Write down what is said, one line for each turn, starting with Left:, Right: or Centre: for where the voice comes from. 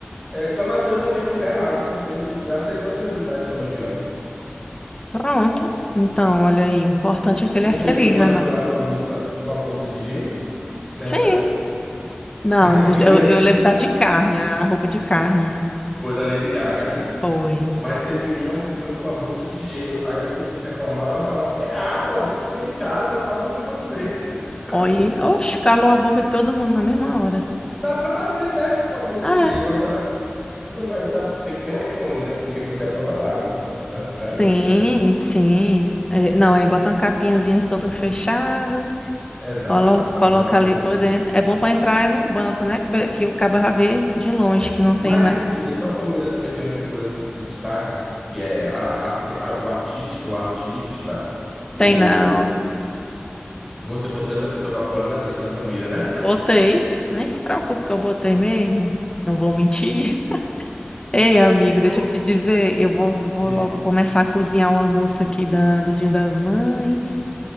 Centre: é, só nasceu talvez no lugar errado. Se nascesse em outro lugar, seria uma celebridade hollywoodiana.
Left: Pronto. Então, olha aí, o importante é que ele
Centre: Não
Left: é feliz,
Centre: teve uma
Left: né,
Centre: que
Left: não?
Centre: foi lá com a bolsa, com a bolsa de gelo? Você lembra
Left: Sim.
Centre: dessa?
Left: Não,
Centre: <laughs>
Left: do-
Centre: E
Left: eu,
Centre: essa
Left: eu lembro da de carne, a roupa de carne.
Centre: foi da Lady Gaga, né?
Left: Foi.
Centre: Mas teve uma que foi com a bolsa de gelo. Aí as pessoas reclamaram, ela falou: "É água, vocês têm em casa, façam a de vocês". <laughs>
Left: Oi. Oxe, calou a boca de todo mundo na mesma hora.
Centre: Dá para fazer, né? Uma bolsa
Left: Ah,
Centre: de gelo agora não vai dar, tem que ter um iPhone, né? Porque você é a prova d'água para ficar dentro,
Left: sim,
Centre: mas
Left: sim. É, não, aí bota uma capinhazinha assim, toda fechada,
Centre: Exato.
Left: colo- coloca
Centre: Agora a bolsa
Left: ali por
Centre: de gelo.
Left: dentro. É bom pra entrar é no banco, né? Que, pe- que o cabo já vê de longe, que não
Centre: Mas
Left: tem lá.
Centre: me diga, tua família também tem uma figura assim que se destaca, que é a- a- a- o artista, o artista, ou
Left: Tem não.
Centre: você botou essa pessoa para fora da lista da família, né?
Left: Botei. Nem se preocupe que eu botei mesmo. Não vou mentir. <laughs> Ei, amigo,
Centre: <laughs> E
Left: deixa
Centre: co-
Left: eu te dizer, eu vou, vou
Centre: Diga.
Left: logo começar a cozinhar o almoço aqui da, do Dia das Mães.